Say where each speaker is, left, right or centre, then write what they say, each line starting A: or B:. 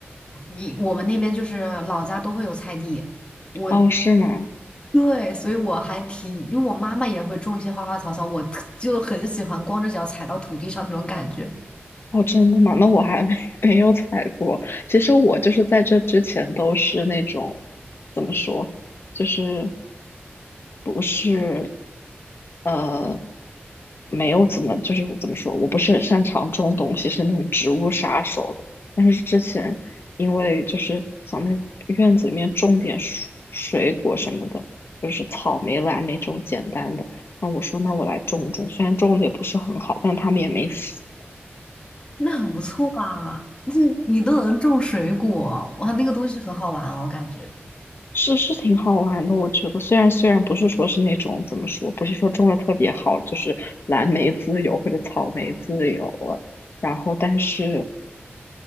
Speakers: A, on the left; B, on the left.
A: 你我们那边就是老家都会有菜地，我
B: 哦，是吗？
A: 对，所以我还挺，因为我妈妈也会种一些花花草草，我特就很喜欢光着脚踩到土地上那种感觉，
B: 哦，真的吗？那我还没 <laughs> 没有采过。其实我就是在这之前都是那种，怎么说，就是不是。呃，没有怎么，就是怎么说，我不是很擅长种东西，是那种植物杀手的。但是之前因为就是想在院子里面种点水水果什么的，就是草莓、蓝莓这种简单的。那我说，那我来种种，虽然种的也不是很好，但他们也没死，
A: 那很不错啊！你你都能种水果，哇，那个东西很好玩哦，我感觉。
B: 是是挺好玩的。我觉得虽然虽然不是说是那种怎么说，不是说种的特别好，就是蓝莓自由或者草莓自由了。然后，但是